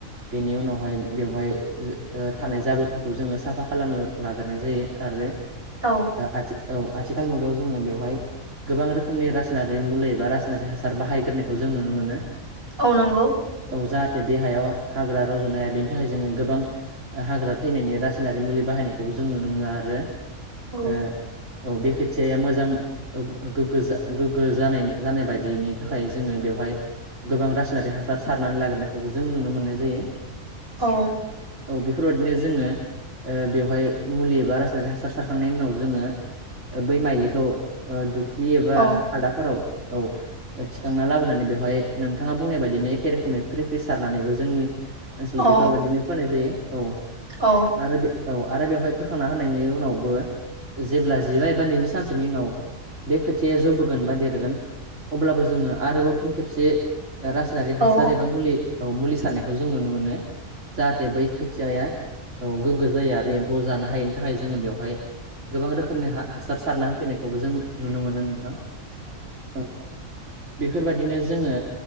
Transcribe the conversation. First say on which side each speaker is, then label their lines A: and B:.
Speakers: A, on the right; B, on the right.
A: बेनि उनावहाय बेवहाय ओ ओ थानाय जाबोरफोरखौ जोङो साफा खालामनो लागोरनाय जायो आरो
B: औ
A: आथि औ आथिखाल मुगायाव जोङो बेवहाय गोबां रोखोमनि रासायनारि मुलि एबा रासायनारि हासार बाहायगोरनायखौ जों नुनो मो नो।
B: औ नंगौ
A: ओ औ जाहाथे बे हायाव हाग्रा रज'नो हाया। बेनि थाखाय जोङो गोबां हाग्रा थैनायनि रासायनारि मुलि बाहायनायखौबो जों नुनो मोनो आरो
B: औ।
A: ओ औ बे खोथियाया मोजां गो गोग्गो जा गोग्गो जानाय जानाय बायदिनि थाखाय जोङो बेव हाय गोबां रासायनारि हासार सारनानै लागोरनायखौबो जों नुनो मोननाय जायो।
B: अह।
A: औ बेफोरबादिनो जोङो ओ बेवहाय मुलि एबा रासायनारि हासार सारखांनायनि उनाव जोङो बै माइलिखौ ओ दुख्लि एबा
B: औ
A: खादाफोराव औ थिखांना लाबोनानै बेवहाय नोंथाङा बुंनाय बादिनो एखे रोखोमै फ्रि फ्रि सारनानैबो जोंनि ओनसोल
B: औ
A: बेफोरबादिनो फोनाय जायो। औ आरो
B: औ
A: औ आरो बेवहाय फोखांना होनायनि उनावबो जेब्ला जिबा एबा नैजि सानसोनि उनाव बे खोथिया जौबोगोन बा देरगोन अब्लाबो जोङो आरोबाव फिन खेबसे रासायनारि हासार
B: औ
A: एबा मुलि औ मुलि सारनायखौ जों नुनो मोनो। जाहाथे बै खोथियाया औ गोग्गो जायो आरो एम्फौ जानो हायैनि थाखाय जोङो बेवहाय गोबां रोखोमनि हा-हासार सारना होफैनायखौबो जों नुनो मोनो नोंथां। औ बेफोरबादिनो जोङो